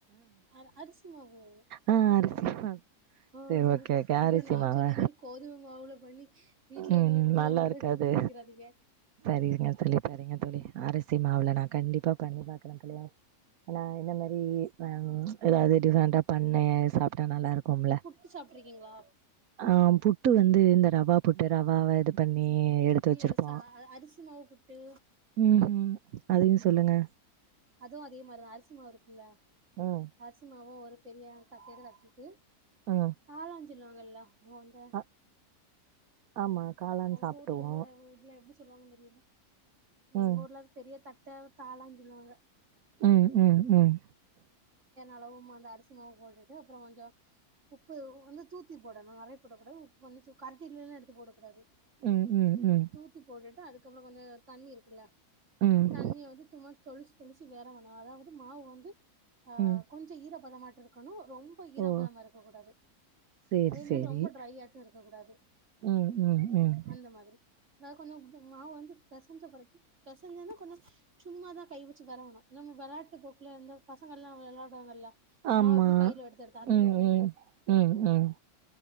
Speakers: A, on the right; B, on the right.
A: அர அரிசி மாவு
B: ஆ அரிசி மாவு
A: <unintelligible>
B: சரி ஓகே ஓகே
A: அப்புறம்
B: அரிசி
A: நான்
B: மாவா
A: சொல்ல சொல்லி கோதும மாவுல பண்ணி வீட்ல
B: ம்
A: இருல உள்ளவங்கள்ட்ட
B: நல்லா இருக்காது.
A: <unintelligible> வக்கிறாதீங்க
B: சரிங்க தோழி சரிங்க தோழி ஆரிசி மாவுல நா கண்டிப்பா பண்ணி பாக்குறேன் ஆ தோழி ஆனா இந்த மாரி அம் ஏதாவது டிஃப்ரெண்ட்டா பண்ணு சாப்டா நல்லாருக் கும்ல
A: புட்டு சாப்ட்ருக்கீங்களா
B: ஆஹ் புட்டு வந்து இந்த ரவா போட்டு ரவாவா இது பண்ண எடுத்து
A: இல்ல
B: வச்சிருப்போம்
A: ச அரிசி மாவு புட்டு
B: உம்ஹிம் அதயு சொல்லுங்க
A: அதுவு அதே மாரி தா அரிசி மாவு இருக்குல்ல
B: ம்
A: அரிசிமாவா ஒரு பெரிய தட்டையட தட்டீட்டு
B: ம்
A: காளான் சில்வாங்கல்லா ஓ அந்த
B: ஆ ஆமா காளான்
A: உங்க
B: சாப்டுவோ
A: ஊர்ல இத இதுலா எப்டி சொல்லுவாங்கன்னு தெரியல
B: ம்
A: எங்க ஊர்ல அது பெரிய தட் தேவ தாளான்னு சொல்லுவாங்க
B: ம் ம் ம்
A: அளவும் அந்த அரிசி மாவு போட்டுட்டு அப்பறோ கொஞ்சோ உப்பு வந்து தூத் தூத்து போடணு நெறையா போடக்கூடாது உப்பு வந்து தூ கரண்டில்லா எடுத்து போடகூடாது
B: ம் ம் ம்
A: தூத்தி போட்டுட்டு அதுக்கப்பறோ கொஞ்சோ தண்ணி இருக்குல்ல
B: ம்
A: தண்ணிய வந்து சும்மா தொளிச் தொளிச்சி வேறவணு அதாவது மாவு வந்து ஆ
B: ம்
A: கொஞ்சோ ஈர பதமாட் இருக்கணு ரொம்ப ஈராபதமா
B: ஓ
A: இருக்க கூடாது
B: சேரி
A: அதே
B: சேரி
A: மாரி ரொம்ப டிரை ஆட்டு இருக்க கூடாது
B: ம் ம் ம்
A: அந்த மாதிரி நா கொஞ்சோ மாவு வந்து பெசஞ்ச வரைக்கு பெசஞ்சேன்ன கொஞ்சோ சும்மா தா கை வச் வேறவணு நம்ம வெளாட்டு போக்குல எந்த பசங்கள்ல்லா வெளாடுவாங்கல்ல
B: ஆமா
A: இப்டி கையில எடுத்து எடுத்து அந்த
B: ம்
A: மாரி
B: ம் ம் ம்